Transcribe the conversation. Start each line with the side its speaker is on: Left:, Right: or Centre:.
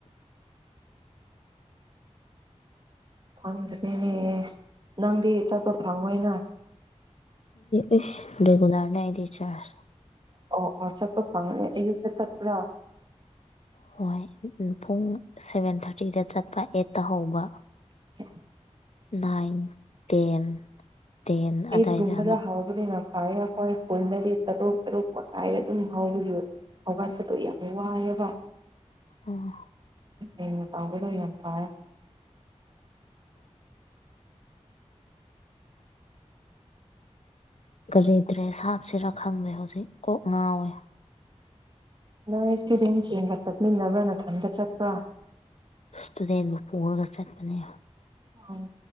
Right: ꯐꯪꯗ꯭ꯔꯦꯅꯦ ꯅꯪꯗꯤ ꯆꯠꯄ ꯐꯪꯉꯣꯏꯅ
Left: ꯑꯦ ꯔꯦꯒꯨꯂꯔꯅ ꯑꯗꯤ ꯆꯔꯖ
Right: ꯑꯣ ꯑꯣ ꯆꯠꯄ ꯐꯪ ꯑꯩꯌꯨꯛꯇ ꯆꯠꯄ꯭ꯔꯥ
Left: ꯍꯣꯏ ꯄꯨꯡ ꯁꯚꯦꯟ ꯊꯥꯔꯇꯤꯗ ꯆꯠꯄ ꯑꯦꯠꯇ ꯍꯧꯕ
Right: <unintelligible> <inaudible>
Left: ꯅꯥꯏꯟ ꯇꯦꯟ ꯇꯦꯟ ꯑꯗꯥꯏꯗ
Right: ꯏꯗꯒꯨꯝꯕꯗ
Left: ꯍꯜꯂꯛ
Right: ꯍꯥꯎꯕꯗꯤ ꯍ ꯍꯣꯏ ꯄꯨꯟꯟꯅꯗꯤ ꯇꯔꯨꯛ ꯇꯔꯨꯛ ꯉꯥꯏꯗ ꯑꯗꯨꯝ ꯍꯕꯈꯤꯕ ꯑꯋꯥ ꯇꯗꯨ ꯏꯍ ꯋꯥꯕ
Left: ꯎꯝ
Right: ꯑꯦꯡ ꯇꯕꯗ ꯌꯥꯝ ꯇꯦ
Left: ꯀꯔꯤꯗ꯭ꯔꯦ ꯁꯥꯞꯁꯤꯔꯥ ꯈꯪꯗꯦ ꯍꯧꯖꯤꯛ ꯀꯣꯛ ꯉꯥꯎꯋꯦ
Right: ꯅꯣꯏ ꯏꯁꯇꯨꯗꯦꯟ ꯆꯦꯟꯒ ꯆꯠꯃꯤꯟꯅꯕ꯭ꯔꯥ ꯅꯊꯟꯇ ꯆꯠꯄ꯭ꯔꯥ
Left: ꯇꯗꯒ ꯄꯨꯔꯒ ꯆꯠ ꯃꯅꯦ
Right: ꯎ